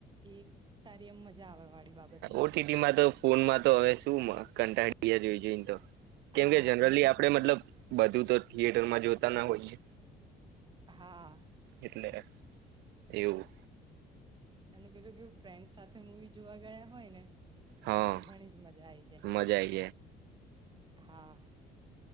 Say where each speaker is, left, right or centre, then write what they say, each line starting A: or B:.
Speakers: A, on the right (about 25°); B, on the right (about 85°).
A: એ સારી એમ મજા આવે વાળી બાબત છે.
B: ઓટીટીમાં તો ફોનમાં તો હવે શું કંટાળડીયા જોઈ જોઈને તો કેમકે
A: હા
B: જનરલી
A: અને બીજું
B: આપડે
A: કેવું
B: મતલબ બધું તો થિયેટરમાં જોતા ના હોઈએ.
A: હા
B: એટલે એવું
A: અને પેલુ કેવું ફ્રેન્ડ સાથે મુવી જોવા ગયા હોય ને
B: હા
A: તો તો ઘણી જ મજા આઈ જાય.
B: મજા આઈ
A: હા.